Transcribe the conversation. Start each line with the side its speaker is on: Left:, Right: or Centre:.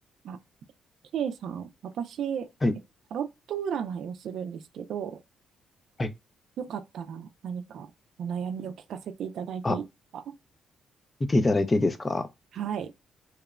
Right: あ、K さん、私、え
Left: はい
Right: タロット占いをするんですけど、
Left: はい
Right: よかったら何かお悩みを聞かせていただいていいですか
Left: あ、見ていただいていいですか
Right: はい。